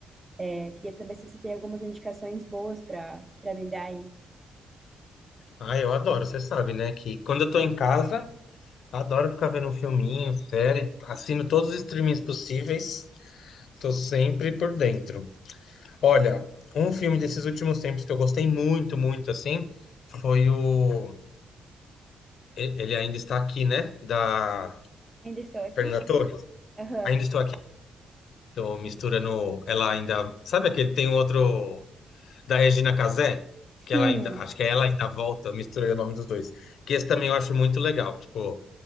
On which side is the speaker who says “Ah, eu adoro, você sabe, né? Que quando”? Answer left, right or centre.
Left